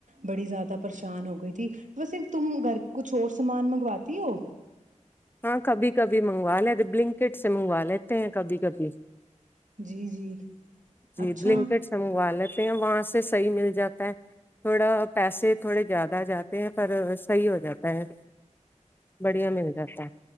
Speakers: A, on the right (about 75°); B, on the left (about 15°).
A: بڑی زیادہ پریشان ہو گئی تھی بسےف تم گھر کچھ اور سامان منگواتی ہو
B: ہاں کبھی کبھی منگوا لیتے بلنکٹ سے منگوا لیتے ہیں کبھی کبھی
A: جی جی
B: جی
A: اچھا
B: بلنکڈ سو والالت ہیں وہاں سے صحیح مل جاتا ہے تھوڑا پیسے تھوڑے زیادہ جاتے ہیں پر صحیح ہو جاتا ہے بڑھیا مل جاتا